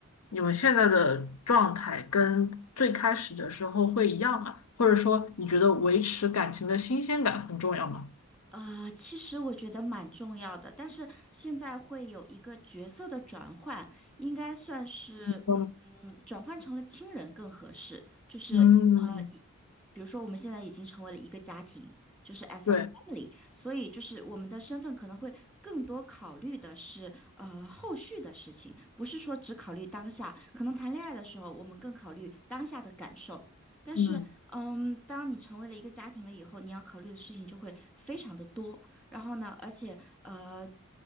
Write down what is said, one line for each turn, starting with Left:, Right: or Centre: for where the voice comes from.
Left: 你们现在的状态跟最开始的时候会一样吗？或者说你觉得维持感情的新鲜感很重要吗？
Centre: 呃，其实我觉得蛮重要的，但是现在会有一个角色的转换，应该算是嗯嗯，
Left: 嗯，
Centre: 转换成了亲人更合适。就是呃，
Left: 嗯
Centre: 一比如说我们现在已经成为了一个家庭，就是 as
Left: 对，
Centre: a family，所以就是我们的身份可能会更多考虑的是呃后续的事情，不是说只考虑当下。可能谈恋爱的时候，我们更考虑当下的感受，但是。
Left: 嗯，
Centre: 嗯，当你成为了一个家庭了以后，你要考虑的事情就会非常的多。然后呢，而且呃，